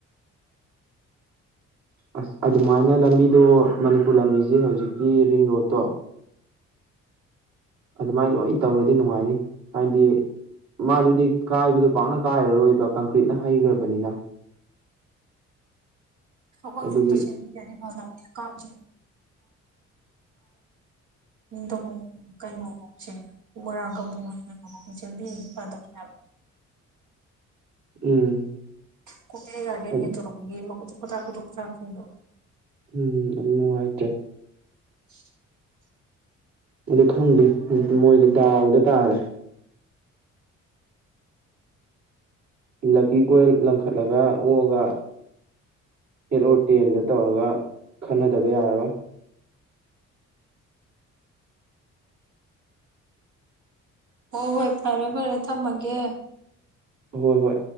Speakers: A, on the right; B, on the right.
A: ꯑꯁ ꯑꯗꯨꯃꯥꯏꯅ ꯂꯝꯕꯤꯗꯣ ꯃꯅꯤꯄꯨꯔ ꯂꯝꯕꯤꯁꯦ ꯍꯧꯖꯤꯛꯀꯤ ꯔꯤꯡ ꯔꯣꯠꯇꯣ ꯑꯗꯨꯃꯥꯏꯅ ꯂꯣꯏ ꯇꯧꯔꯗꯤ ꯅꯨꯡꯉꯥꯏꯅꯤ ꯍꯥꯏꯗꯤ ꯃꯥꯗꯨꯗꯤ ꯀꯥꯏꯕꯗꯣ ꯄꯥꯛꯅ ꯀꯥꯏꯔꯔꯣꯏꯕ ꯀꯪꯀ꯭ꯔꯤꯠꯅ ꯍꯩꯈ꯭ꯔꯕꯅꯤꯅ <inaudible>
B: ꯍꯣꯏ
A: ꯑꯗꯨꯒꯤ
B: ꯆꯨꯞꯛꯇ ꯁꯦꯝꯃꯤꯅꯗꯤ ꯐꯗꯧꯅꯤ ꯅꯤꯡꯊꯧꯀꯣꯡ ꯀꯩꯅꯣꯁꯦ ꯋꯥꯔꯥꯡꯒꯝꯕꯨꯨꯡ ꯉ ꯁꯦꯝꯕꯤꯅ ꯐꯗꯝꯕꯅꯦꯕ
A: <inaudible> ꯎꯝ
B: ꯀꯨꯝꯕꯤꯔꯩ ꯒꯥꯔꯗꯦꯟ
A: ꯑ-
B: ꯍꯦꯛ ꯊꯣꯛꯂꯛꯄꯒꯤ ꯃ <unintelligible>
A: ꯎꯝ ꯑꯅꯨꯡꯥꯏꯇꯦ
B: <unintelligible>
A: ꯑꯗꯨ ꯈꯪꯗꯦ ꯃꯣꯏꯗꯤ ꯗꯥꯎꯗ ꯇꯥꯔꯦ ꯂꯛꯀꯤ ꯀꯣꯏꯜ ꯂꯪꯈꯠꯂꯒ ꯑꯣꯛꯑꯒ ꯍꯦꯠ ꯑꯣꯔ ꯇꯦꯟꯗ ꯇꯧꯔꯒ ꯈꯟꯅꯗꯕ ꯌꯥꯔꯔꯣꯏ
B: ꯍꯣ ꯍꯣꯏ ꯐꯔꯦ ꯐꯔꯦ ꯊꯝꯃꯒꯦ
A: ꯍꯣꯏ ꯍꯣꯏ